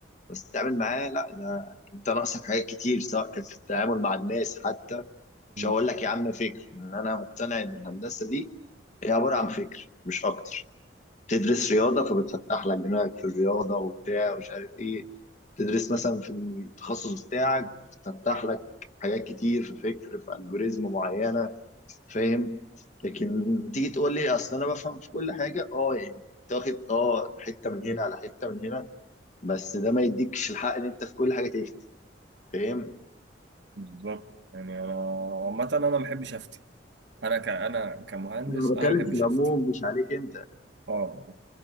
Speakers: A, on the left (about 40°); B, on the right (about 65°).
A: بس تتعامل معاه لا ده انت ناقصك حاجات كتير سواء كانت في التعامل مع الناس حتى
B: مم.
A: مش هقول لك يا عم فكر ان انا مقتنع ان الهندسه دي هي عباره عن فكر مش اكتر تدرس رياضه فبتفتح لك دماغك في الرياضه وبتاع ومش عارف ايه تدرس مثلا في التخصص بتاعك بتفتح لك حاجات كتير في فكر في الجوريزم معينه فاهم لكن تيجي تقول لي اصل انا بفهم في كل حاجه اه يعني تاخد اه حته من هنا على حته من هنا بس ده ما يديكش الحق ان انت في كل حاجه تفتي فاهم
B: بالظبط يعني انا عامة انا ما بحبش افتي انا ك... انا كمهندس
A: انا بتكلم
B: انا ما بحبش
A: في العموم
B: افتي
A: مش عليك انت
B: اه